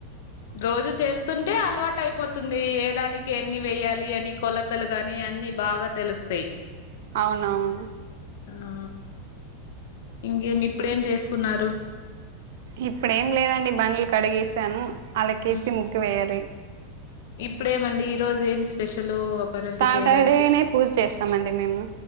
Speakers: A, on the left (about 70°); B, on the right (about 70°).
A: రోజు చేస్ స్తుంటే అలవాటు అయిపోతుంది ఏదానికి ఎన్ని వేయ్యాలి అని కొలతలు గాని అన్ని బాగా తెలుస్ స్తయ్
B: అవునవును
A: అవునా ఇంకేమి ఇప్పుడేం చేసుకున్నారు
B: ఇప్పుడేం లేదండి బండ్లు కడిగేసాను అలకేసి
A: ఉమ్.
B: ముగ్గు వేయాలి
A: ఇప్పుడేమండి ఈరోజు ఏం స్పెష లు పనంత
B: సాటర్డేనే
A: చేయడానికి
B: పూజ చేస్తామండి మేము